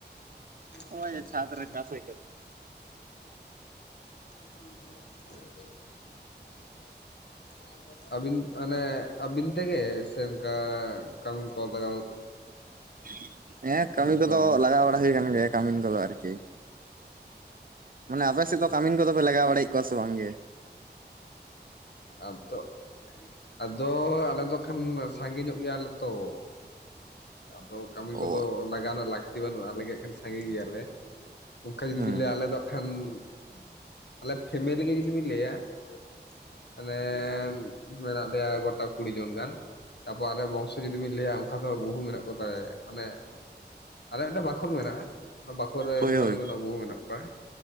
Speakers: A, on the left (about 75°); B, on the right (about 55°).
A: ᱟᱪᱪᱷᱟ
B: ᱚᱭᱟ
A: ᱟᱪᱪᱷᱟ
B: ᱪᱷᱟᱛ
A: ᱟᱪᱪᱷᱟ
B: ᱨᱮ ᱪᱟᱥ <unintelligible>
A: <inaudible> ᱟᱪᱪᱷᱟ ᱟᱪᱪᱷᱟ ᱾ ᱟᱹᱵᱤᱱ ᱟᱱᱮ ᱟᱹᱵᱤᱱ ᱛᱮᱜᱮ ᱥᱮ ᱚᱱᱠᱟ ᱠᱟᱹᱢᱤ ᱠᱚ ᱞᱟᱜᱟᱣ
B: <inaudible> ᱦᱮᱸ ᱠᱟᱹᱢᱤ
A: ᱞᱮᱫ
B: ᱠᱚᱫᱚ
A: ᱠᱚᱣᱟᱵᱤᱱ
B: ᱞᱟᱜᱟᱣ ᱵᱟᱲᱟ ᱦᱩᱭ ᱟᱠᱟᱱ ᱜᱮᱭᱟ ᱠᱟᱹᱢᱤᱱ ᱠᱚᱫᱚ ᱟᱨᱠᱤ ᱾ ᱢᱟᱱᱮ ᱟᱯᱮ ᱥᱮᱫ ᱫᱚ ᱠᱟᱹᱢᱤᱱ ᱠᱚᱫᱚᱯᱮ ᱞᱟᱜᱟᱣ ᱵᱟᱲᱟᱭᱮᱫ ᱠᱚᱣᱟ ᱥᱮ ᱵᱟᱝᱜᱮ?
A: ᱟᱫᱚ <inaudible> ᱟᱫᱚ ᱟᱞᱮ ᱫᱚ ᱠᱷᱟᱱ ᱥᱟᱸᱜᱮ ᱧᱚᱜ ᱜᱮᱭᱟᱞᱮ ᱛᱚ ᱾ ᱟᱫᱚ ᱠᱟᱹᱢᱤᱱ ᱠᱚᱫᱚ
B: ᱚ
A: ᱞᱟᱜᱟᱣ ᱨᱮᱱᱟᱜ ᱞᱟᱹᱠᱛᱤ ᱵᱟᱹᱱᱩᱜ-ᱟ ᱟᱞᱮ ᱜᱮ ᱦᱟᱜ ᱠᱷᱟᱱ ᱥᱟᱸᱜᱮ ᱜᱮᱭᱟᱞᱮ ᱾ ᱚᱱᱠᱟ ᱡᱩᱫᱤ
B: ᱦᱮᱸ
A: ᱵᱮᱱ ᱞᱟᱹᱭᱟ ᱟᱞᱮ ᱫᱚ ᱠᱷᱟᱱ <inaudible> ᱟᱞᱮ ᱯᱷᱮᱢᱮᱞᱤ ᱜᱮ ᱡᱩᱫᱤ ᱵᱤᱱ ᱞᱟᱹᱭᱟ <inaudible> ᱟᱱᱮ ᱢᱮᱱᱟᱜ ᱞᱮᱭᱟ ᱜᱚᱴᱟ ᱠᱩᱲᱤ ᱡᱚᱱ ᱜᱟᱱ ᱾ ᱛᱟᱯᱚᱨ ᱟᱞᱮ ᱵᱚᱝᱥᱚ ᱡᱩᱫᱤᱵᱤᱱ ᱞᱟᱹᱭᱟ ᱚᱱᱠᱟ ᱫᱚ ᱵᱩᱦᱩ ᱢᱮᱱᱟᱜ ᱢᱟᱱᱮ <inaudible> ᱟᱞᱮ ᱢᱤᱫᱴᱮᱱ ᱵᱟᱠᱷᱳᱞ ᱢᱮᱱᱟᱜ-ᱟ ᱚᱱᱟ ᱵᱟᱠᱷᱳᱞ ᱨᱮ
B: ᱦᱳᱭ
A: ᱚᱱᱠᱟᱠ
B: ᱦᱳᱭ
A: ᱵᱳᱦᱩ ᱢᱮᱱᱟᱜ ᱠᱚᱣᱟ ᱾ ᱠᱚᱣᱟ